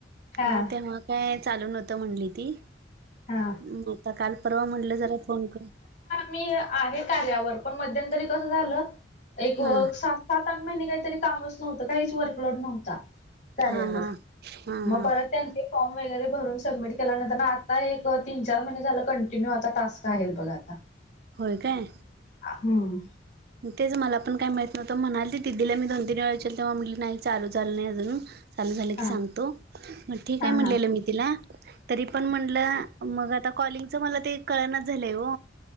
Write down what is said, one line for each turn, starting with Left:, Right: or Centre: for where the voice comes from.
Right: मग
Left: हा
Right: तेव्हा काय चालू नव्हतं म्हणली ती.
Left: हा
Right: मग आता काल परवा म्हटलं, जरा फोन करू
Left: मी आहे कार्यावर पण मध्यंतरी कसं झालं, एक
Right: हा
Left: सा सात आठ महिने कायतरी कामच नव्हतं, काहीच वर्कलोड नव्ह ता, कार्यावर
Right: हा हा हा हा
Left: मग परत त्यांन ते फॉर्म वगैरे भरून सबमिट केल्यानंतरन आता एक अ तीन चार महिने झालं कंटिन्यू आता टास्क आहेत बघा आता
Right: होय काय
Left: हम्म.
Right: तेच मला पण काय माहित नव्हतं म्हणाली दिदीला मी दोन, तीन वेळा विचार तेव्हा म्हटली नाय चालू झाल नाय अजून चालू झालं
Left: हा
Right: की सांगतो मग ठीक
Left: हा
Right: हाय म्हणलेलं
Left: हा
Right: मी तिला तरी पण म्हणलं मग आता कॉलिंगच मला ते कळनाच झालंय ओ